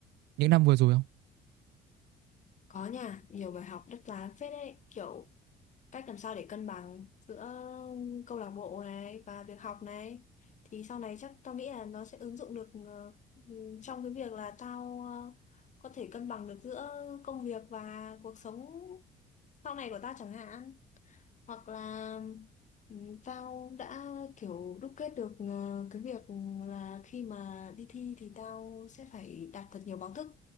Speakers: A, on the right; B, on the left.
A: những năm vừa rồi không
B: Có nha, nhiều bài học đắt giá phết đấy, kiểu cách làm sao để cân bằng giữa câu lạc bộ này và việc học này thì sau này chắc tao nghĩ là nó sẽ ứng dụng được ờ, ừ, trong cái việc là tao ờ, có thể cân bằng được giữa công việc và cuộc sống sau này của tao chẳng hạn hoặc là ừm, tao đã kiểu đúc kết được ờ, cái việc là khi mà đi thi thì tao sẽ phải đạt thật nhiều báo thức